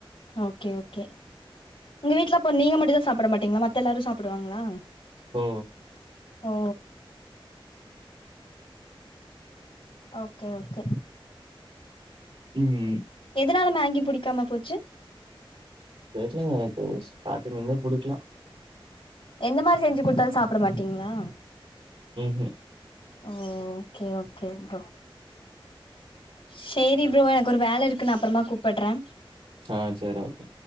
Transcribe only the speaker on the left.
ஓகே, ஓ கே உங்க வீட்ல அப்போ நீங்க மட்டுந்தா சாப்புட மாட்டீங்ளா மத்த எல்லாரு சாப்புடுவாங்களா
ஓ ஓகே ஓகே
எதனால மேங்கி புடிக்காம போச்சு
எந்த மாரி செஞ்சு குடுத்தாலு சாப்ட மாட்டீங்களா
ஓ ஓகே ஓகே ப்ரோ சேரி ப்ரோ எனக்கு ஒரு வேல இருக்கு நா அப்பறமா கூப்புட்ற